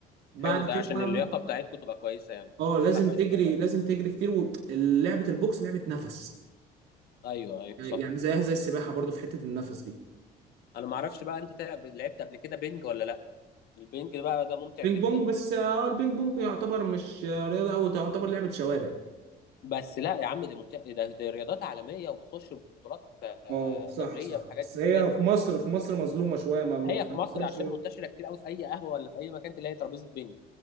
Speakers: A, on the right; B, on the left.
A: بعد
B: حلو ده
A: كده
B: عشان
A: بقى
B: اللياقه
A: ممكن
B: بتاعتكم تبقى كويسه يعني عشان
A: اه
B: تستحمل
A: لازم تجري لازم تجري كتير ولعبة البوكس لعبة نفس
B: ايوه ايوه
A: يعني
B: صح
A: زيها زي السباحة برضو في حتة النفس دي
B: انا ما اعرفش بقى انت تلعب لعبت قبل كده بينج ولا لا البينج ده بقى ده ممتع
A: بينج
B: جدا
A: بونج بس اه البينج بونج يعتبر مش آه، رياضة أوي تعتبر لعبة شوارع
B: بس لا يا عم دي ممتع ده دي رياضات عالميه وبتخش بطولات آه،
A: اه صح
B: دوليه
A: صح
B: وحاجات
A: بس
B: كبيره
A: هي
B: جدا
A: في مصر في مصر مظلومة شوية ما ما
B: هي
A: بتقدرش
B: في مصر عشان منتشره كتير قوي في اي قهوه ولا في اي مكان تلاقي ترابيزه بينج